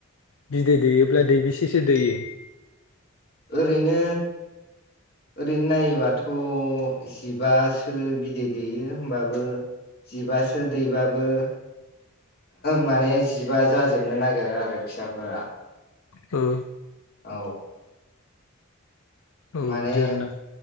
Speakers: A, on the left; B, on the left.
A: बिदै दैयोब्ला दै बेसेसो दैयो?
B: ओरैनो ओरैनो नायोबाथ' जिबासो बिदै दैेयो होमबाबो जिबासो दैबाबो माने जिबा जाजोबनो नागिरो आरो फिसाफोरा
A: औ
B: औ
A: औ
B: माने
A: बिदि आरोना